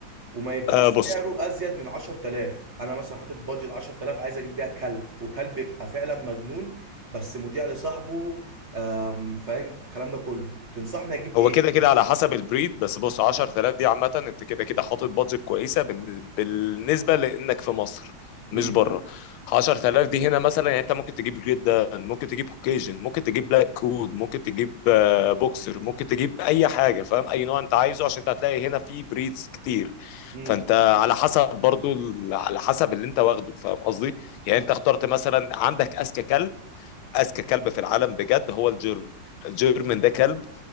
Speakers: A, on the right (about 50°); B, on the left (about 90°).
A: وما يبقاش
B: آه بص
A: سعره ازيد من 10000 انا مثلا حاطط بادجت 10000 عايز اجيب بيها كلب وكلب يبقى فعلا مجنون بس مطيع لصاحبه آم، فاهم الكلام ده كله تنصحني اجيب
B: هو
A: ايه
B: كده كده على حسب البريد بس بص 10000 دي عامة انت كده كده حاطط بادجت كويسة بالن- بالنسبة لانك في مصر
A: امم
B: مش بره 10000 دي هنا مثلا يعني انت ممكن تجيب جدا ممكن تجيب كوكيجن ممكن تجيب بلاك كود ممكن تجيب آه، بوكسر ممكن تجيب اي حاجة فاهم اي نوع انت عايزه عشان انت هتلاقي هنا في بريدز كتير
A: امم
B: فانت على حسب برضو ال- على حسب اللي انت واخده فاهم قصدي يعني انت اخترت مثلا عندك اذكى كلب اذكى كلب في العالم بجد هو الجيرمن الجيرمن ده كلب